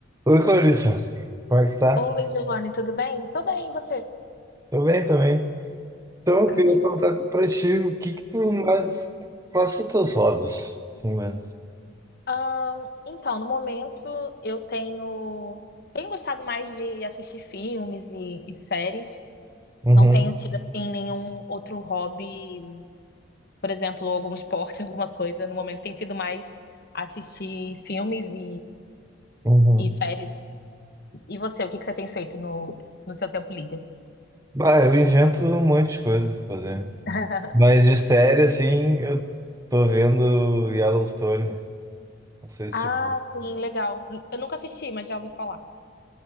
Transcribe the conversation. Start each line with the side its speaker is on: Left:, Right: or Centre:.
Right: Oi, Clarissa. Como é que tá?
Left: Oi, Giovanni, tudo bem? Tô bem, e você?
Right: Tô bem, também. Então, eu
Left: Ah,
Right: queria
Left: que bom.
Right: perguntar pra ti o que que tu mais... Quais são teus hobbies? Sim, mesmo.
Left: Ahn, então, no momento, eu tenho, tenho gostado mais de assistir filmes e, e séries.
Right: Uhum,
Left: Não tenho tido, assim, nenhum outro hobby, por exemplo, algum esporte, <laughs> alguma coisa. No momento tem sido mais assistir filmes e,
Right: uhum.
Left: e séries. E você, o que que você tem feito no, no seu tempo livre?
Right: Bah, eu invento um monte de coisa pra fazer.
Left: <laughs>
Right: Mas de série, assim, eu tô vendo Yellowstone. Não sei
Left: Ah,
Right: se... tipo,
Left: sim, legal. Eu nunca assisti, mas já ouvi falar.